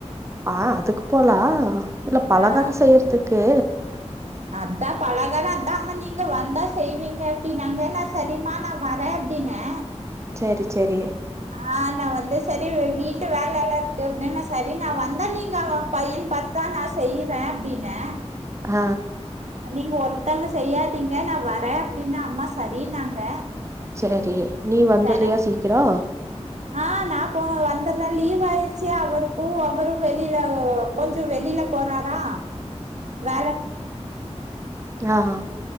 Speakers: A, on the right; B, on the right.
A: அ அதுக்கு போலா இல்ல பலகார
B: ஆ
A: செய்றதுக்கு
B: அதா பலகார அதா அம்மா நீங்க வந்தா செய்வீங்க அப்டினாங்க நா சரிமா நா வரே அப்டின்னே
A: செரி செரி
B: அ நா வந்து செரி வீட்டு வேல எல்லா இருக்கு அப்டின் ந செரி நா வந்தா நீங்க அவ பையன் பா தா நா செய்வே அப்டினே
A: ஆ
B: நீங்க ஒருத்தங்க செய்யாதீங்க நா வரே அப்டின்ன அம்மா சரின்னாங்க
A: செரி நீ வந்துர்றியா
B: சரி
A: சீக்கிரோ
B: ஆ நாப்போ வந்தர்ற லீவ் ஆயிருச்சி அவருக்கு அவரு வெளில கொஞ்சோ வெளில போறாரா வேல <inaudible>
A: ட்லாகா